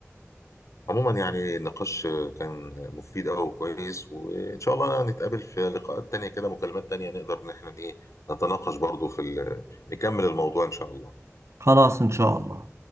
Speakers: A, on the left (about 80°); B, on the right (about 65°).
A: عموما يعني النقاش كان مفيد أوي وكويس وإن شاء الله نتقابل في لقاءات تانية كده مكالمات تانية نقدر إن احنا إيه نتناقش برضو في ال- نكمل الموضوع إن شاء الله
B: خلاص إن شاء الله